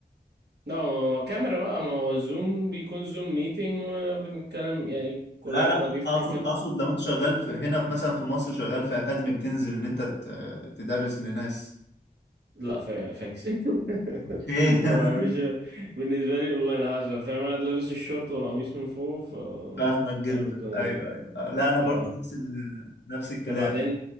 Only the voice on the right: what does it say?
لا ما هو كاميرا بقى ما هو زوم بيكون زوم ميتنج وبنتكلم يعني كل
واحد
بقى بيفتح
لا فا- فاكس <laughs>
هو مش بالنسبة لي اونلاين احسن فاهم قاعد لابس الشورت والقميص من فوق ف
حلو الدنيا
دي
ف
وبعدين